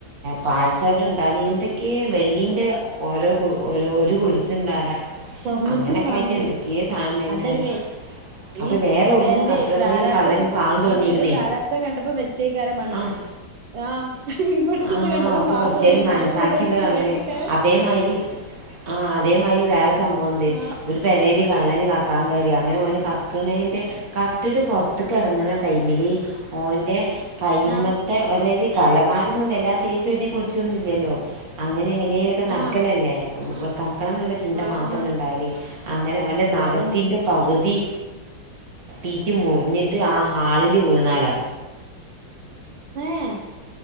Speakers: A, on the right; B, on the right.
A: പാൽസരം ഉണ്ടാല എന്തൊക്കെയ വെള്ളിന്റെ ഓരോ കൊലിസ് ഇണ്ടാല
B: സ്വർണ്ണത്തി
A: അങ്ങനൊക്കെ
B: സാധനങ്ങള്
A: ആയിട്ട് എന്തൊക്കെയോ സായനം ഉണ്ടായിന്ന്
B: അതല്ലേ
A: തന്നെ അപ്പൊ
B: ഈ
A: വേറെ എവിടന്ന്
B: പെന്റെ
A: കട്ടപ്പ
B: പ്രാരാബ്ധം
A: ഈ കള്ളനി പാവം തോന്നീക്കണേ
B: ഈ പെര പ്രാരാബ്ധം കണ്ടപ്പോ വെച്ചേക്കാരം മാണെങ്കില്
A: ആഹ്
B: ആഹ് ഇവിടുത്തത്
A: ആഹ്
B: കണ്ടപ്പോ
A: അപ്പൊ
B: പാവം
A: കൊറച്ചേലും
B: തോന്നിണ്ടാവും
A: മനസാക്ഷിയുള്ള
B: അവിടെ വെച്ച്
A: കള്ളൻ
B: പോയതേക്കാരം
A: അതേമാതിരി ആഹ് അതേമായി വേറെ സംഭവമുണ്ട്
B: ആഹ്
A: ഒരു പെരയിലെ കള്ളന് കക്കാൻ കേറി അങ്ങനെ ഓനു കക്കണേൻ്റെ കട്ടിട്ടു പൊറത്ത് ഇതു കറങ്ങണ ടൈമിലെ ഓന്റെ കൈമത്ത്
B: ആഹ്
A: ത്തെ അതായത് കള്ളമാരൊന്നും വല്ലാ തേച്ചൊരുതി കുളിച്ചൊന്നില്ലല്ലോ അങ്ങനെങ്ങനേലൊക്കെ ഒക്കെ നടക്കലല്ലേ
B: ആഹ്
A: കക്കണംന്നുള്ള ചിന്ത
B: ആഹ്
A: മാത്രല്ലേ
B: ആഹ്
A: ഉണ്ടാവലെ അങ്ങനെ ഓന്റെ നഖത്തിന്റെ
B: അതന്നെ
A: പകുതി തീറ്റി മുറിഞ്ഞിട്ട് ആഹ് ഹാളിലു വീണാലാ
B: ഏഹ്